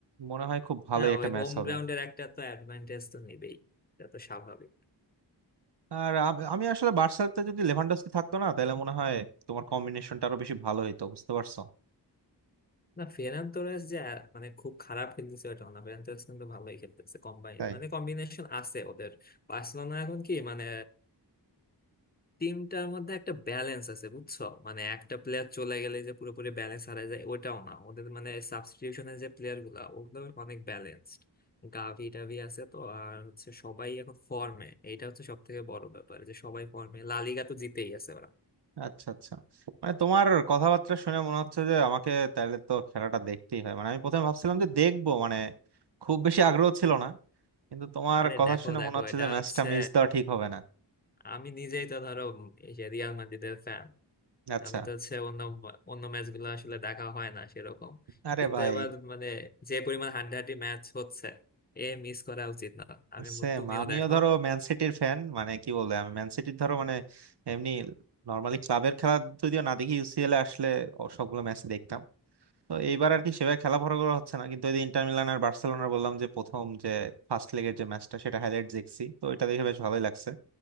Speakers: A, on the right (about 70°); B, on the left (about 20°).
A: মনে হয় খুব ভালোই
B: হ্যাঁ
A: একটা
B: ওই
A: ম্যাচ
B: হোম
A: হবে
B: গ্রাউন্ডের একটা তো অ্যাডভান্টেজ তো নেবেই এটা তো স্বাভাবিক
A: আর আম- আমি আসলে বার্সাতে যদি লেভানডস্কি থাকতো না তাহলে মনে হয় তোমার কম্বিনেশনটা আরো বেশি ভালো হইতো বুঝতে পারছো
B: না ফেরান তোরাস যে আ- মানে খুব খারাপ খেলতেছে ওটা না ফেরান তোরাস কিন্তু ভালোই খেলতেছে কম্বাইন
A: তাই
B: মানে কম্বিনেশন আছে ওদের বার্সেলোনা এখন কি মানে টিমটার মধ্যে একটা ব্যালেন্স আছে বুঝছো মানে একটা প্লেয়ার চলে গেলে যে পুরোপুরি ব্যালেন্স হারায় যায় ওটাও না ওদের মানে সাবস্টিটিউশনের যে প্লেয়ার গুলা ওগুলো অনেক ব্যালেন্সড গাভি টাভি আছে তো আর হচ্ছে সবাই এখন ফর্মে এটা হচ্ছে সব থেকে বড় ব্যাপার যে সবাই ফর্মে লালিগা তো জিতেই আছে ওরা
A: আচ্ছা আচ্ছা মানে তোমার কথাবার্তা শুনে মনে হচ্ছে যে আমাকে তাহলে তো খেলাটা দেখতেই হয় মানে আমি প্রথমে ভাবছিলাম যে দেখবো মানে খুব বেশি আগ্রহ ছিল না কিন্তু তোমার
B: আরে
A: কথা
B: দেখো
A: শুনে
B: দেখো
A: মনে হচ্ছে
B: এটা
A: যে ম্যাচটা
B: হচ্ছে
A: মিস দেওয়া ঠিক হবে না
B: আমি নিজেই তো ধরো এই যে রিয়াল মাদ্রিদের ফ্যান
A: আচ্ছা
B: আমি তো হচ্ছে অন্য অন্য ম্যাচ গুলো আসলে দেখা হয় না সেরকম
A: আরে
B: কিন্তু
A: ভাই
B: এবার মানে যে পরিমাণ হাড্ডাহাড্ডি ম্যাচ হচ্ছে এ মিস করা উচিত না আমি মু-
A: সেম
B: তুমিও
A: আমিও
B: দেখো
A: ধরো ম্যান সিটির ফ্যান মানে কি বলবো আমি ম্যান সিটির ধরো মানে এমনি নর্মালি ক্লাবের খেলা যদিও না দেখি ইউসিএল এ আসলে ও সবগুলো ম্যাচ দেখতাম তো এইবার আর কি সেভাবে খেলা বড় করা হচ্ছে না কিন্তু ওই যে ইন্টার মিলান আর বার্সেলোনার বললাম যে প্রথম যে ফার্স্ট লেগের যে ম্যাচটা সেটা হাইলাইট দেখছি তো এটা দেখে বেশ ভালোই লাগছে